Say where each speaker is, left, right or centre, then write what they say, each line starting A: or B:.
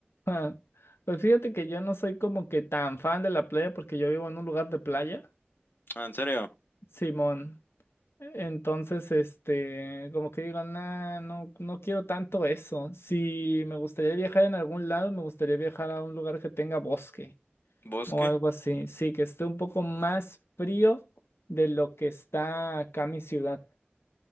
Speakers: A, on the left; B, on the left.
A: Ah, Pues fíjate que yo no soy como que tan fan de la playa porque yo vivo en un lugar de playa,
B: Ah, ¿en serio?
A: Simón. Entonces, este, como que digo, nah, no, no quiero tanto eso. Si me gustaría viajar en algún lado, me gustaría viajar a un lugar que tenga bosque
B: ¿Bosque?
A: o algo así. Sí, que esté un poco más frío de lo que está acá mi ciudad.